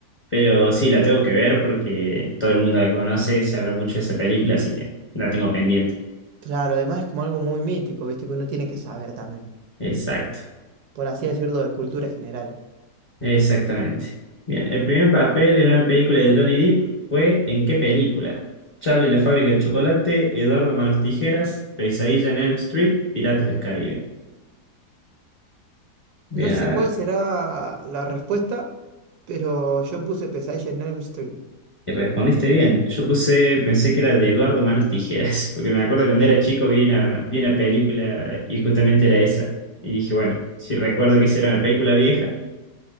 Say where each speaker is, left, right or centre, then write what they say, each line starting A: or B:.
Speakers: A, on the left; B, on the right.
A: Pero sí, la tengo que ver porque todo el mundo la conoce, se habló mucho de esa película, así que la tengo pendiente.
B: Claro, además es como algo muy mítico, ¿viste? Que uno tiene que saber también,
A: Exacto,
B: por así decirlo, de cultura general.
A: exactamente. Bien, el primer papel en una película de Johnny Depp fue ¿en qué película? Charlie y la fábrica de chocolate, Eduardo Manos Tijeras, Pesadilla en Elm Street, Piratas del Caribe. Bien,
B: No sé
A: a
B: cuál será la respuesta, pero yo puse Pesadilla en Elm Street.
A: Y respondiste bien. Yo puse, pensé que era de Eduardo Manos Tijeras, <laughs> porque me acuerdo que cuando era chico vi una, vi una película y justamente era esa. Y dije, bueno, si recuerdo que esa era una película vieja,